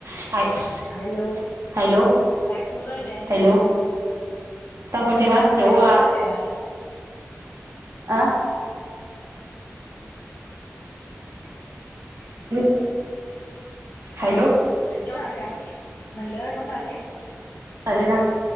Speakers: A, on the right (about 70°); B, on the left (about 55°).
A: <unintelligible>
B: Hello?
A: Hello
B: काय करू राहिल्या?
A: हॅलो तंबटे
B: म्हणलं,
A: बांधले
B: काय
A: हो
B: करू
A: आज
B: राहिल्या?
A: अ <inaudible> हॅलो?
B: जेवण आले का म्हणलं जेवण आले
A: चाले ना,